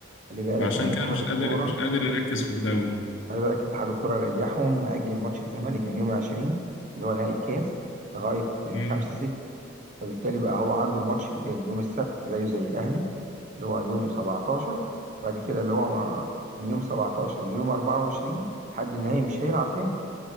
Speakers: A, on the right; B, on the left.
A: خلي بالك
B: فعشان
A: ان اتحاد
B: كده مش
A: الكوره
B: قادر مش قادر يركز في الدوري
A: خلي بالك اتحاد الكوره ريحهم مأجل ماتش الزمالك من يوم 20 اللي هو نهائي الكاس لغايه
B: مم.
A: 5 6 فبالتالي بقى هو عنده الماتش الجاي يوم السبت زيه زي الأهلي اللي هو يوم 17 وبعد كده اللي هو ما- من يوم 17 ليوم 24 لحد النهائي مش هيلعب تاني